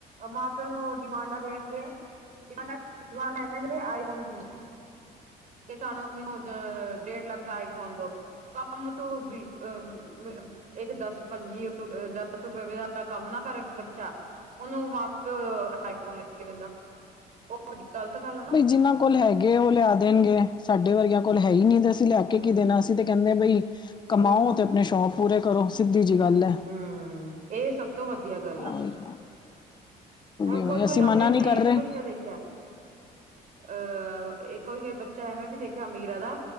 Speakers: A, on the right; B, on the left.
A: ਮਾਂ ਪਿਓ ਨੂੰ ਡਿਮਾਂਡਾਂ ਦੇਣ ਦੇ ਡਿਮਾਂਡ ਆਏ ਹੋਂਦੀ ਤੇ ਸਾਨੂੰ ਮੈਨੂੰ ਔਦਰ ਡੇਢ ਲੱਖ ਦਾ ਆਈਫੋਨ ਦੌ, ਕੰਮ ਤੂੰ ਬਿਲਕੁਲ ਇੱਕ ਦੱਸ ਪੰਜੀ ਦਸ ਰੁਪਏ ਦਾ ਕੰਮ ਨਾ ਕਰੇ ਬੱਚਾ ਉਹਨੂੰ ਮਾਂ ਪਿਓ ਆਈਫੋਨ ਲੈ ਕੇ ਦਿੰਦਾ, ਉਹ ਜਿਹੀ ਗ਼ਲਤ ਗੱਲ ਆ ਨਾ
B: ਬਈ ਜਿਨਾਂ ਕੋਲ ਹੈਗੇ ਉਹ ਲਿਆ ਦੇਣਗੇ, ਸਾਡੇ ਵਰਗਿਆਂ ਕੋਲ ਹੈ ਹੀ ਨਹੀ ਤੇ ਲੈ
A: ਹਮ
B: ਕੇ ਕੀ ਦੇਣਾ ਅਸੀ ਤੇ ਕਹਿੰਦੇ ਬਈ ਕਮਾਓ,
A: ਉਹੀ ਨਾ
B: ਤੇ ਆਪਣੇ ਸ਼ੌਕ ਪੂਰੇ ਕਰੋ ਸਿੱਧੀ ਜਿਹੀ ਗੱਲ ਹੈ
A: ਹੂੰ, ਇਹ ਸਭ ਤੋਂ ਵਧੀਆ ਗੱਲ ਆ
B: ਉਹੀ
A: ਹੁਣ
B: ਉਹੀ
A: ਕੋਈ-ਕੋਈ,
B: ਅਸੀਂ ਮਨਾ
A: ਅਮੀਰ
B: ਨਹੀਂ
A: ਇਹ
B: ਕਰ
A: ਵੀ
B: ਰਹੇ
A: ਬੱਚਾ ਦੇਖਿਆ ਅਹ ਇੱਕ ਕੋਈ ਬੱਚਾ ਹੈ, ਮੈਂ ਵੀ ਦੇਖਿਆ ਅਮੀਰਾ ਦਾ